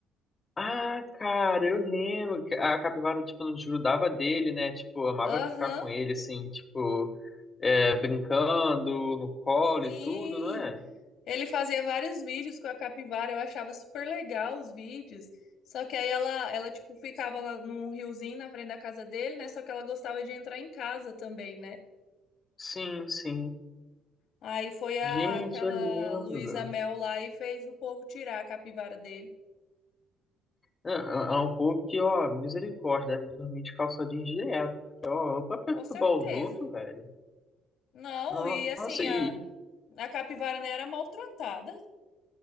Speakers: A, on the left; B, on the left.
A: Ah, cara, eu lembro que a capivara, tipo, não desgrudava dele, né? Tipo, amava
B: Aham,
A: ficar com ele, assim, tipo, é, brincando no colo
B: sim.
A: e tudo, não é?
B: Ele fazia vários vídeos com a capivara. Eu achava super legal os vídeos. Só que aí ela, ela tipo, ficava lá num riozinho na frente da casa dele, né? Só que ela gostava de entrar em casa também, né?
A: Sim, sim.
B: Aí foi a,
A: Gente,
B: aquela
A: eu lembro.
B: Luísa Mel lá e fez o povo tirar a capivara dele.
A: É, é é um povo que, ó, misericórdia, deve dormir de calça jeans direto. Porque, ó, pra perturbar
B: Com certeza.
A: os outros, velho.
B: Não,
A: Nossa,
B: e assim,
A: e,
B: a, a capivara nem era maltratada.